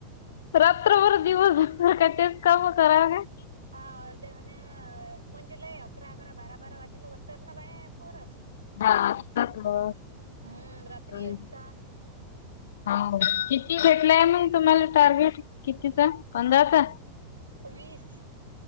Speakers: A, on the left; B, on the right.
A: रात्रभर दिवसभर कायं तेच काम करावी
B: हा अर्धे म्हणे म्हणजे लय अकरा अकरा बारा बारा वाजेला अससतात ना बाय ॲपवर
A: हां असतात म
B: हम्म रात्री
A: हम्
B: असतात
A: ह किती भेटलाय मग तुम्हाला टार्गेट कितीचा पंधराचा
B: वीस